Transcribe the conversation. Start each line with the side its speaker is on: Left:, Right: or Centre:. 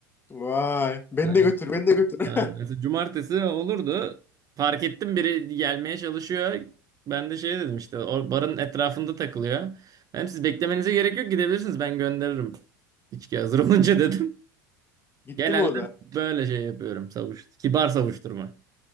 Left: Vay. Beni
Right: Ne?
Left: de götür, beni de götür.
Right: Ha, Mesela cumartesi olurdu. Fark ettim biri gelmeye çalışıyor. Ben de şey dedim işte o barın etrafında takılıyor. Hem siz beklemenize gerek yok gidebilirsiniz ben gönderirim. İçki hazır <laughs> olunca dedim.
Left: <laughs> Gitti
Right: Genelde
Left: mi o da?
Right: böyle şey yapıyorum savuş. Kibar savuşturma.